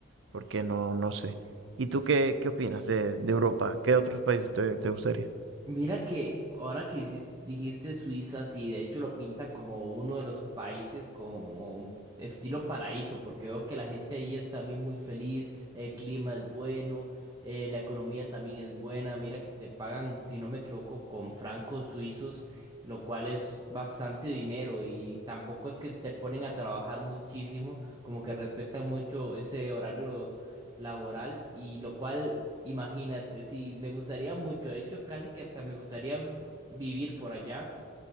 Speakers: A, on the right (about 65°); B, on the right (about 20°).
A: porque no, no sé. ¿Y tú qué, qué opinas de, de Europa? ¿Qué otros países te, te gustaría?
B: Mira que ahora que hici- dijiste Suiza, sí, de hecho lo pintan como uno de los países como un estilo paraíso, porque veo que la gente ahí es también muy feliz, el clima es bueno, eh, la economía también es buena, mira que te pagan, si no me equivoco, con francos suizos, lo cual es bastante dinero y tampoco es que te ponen a trabajar muchísimo, como que respetan mucho ese horario laboral y lo cual Imagínate, sí, me gustaría mucho, de hecho, casi que hasta me gustaría vivir por allá.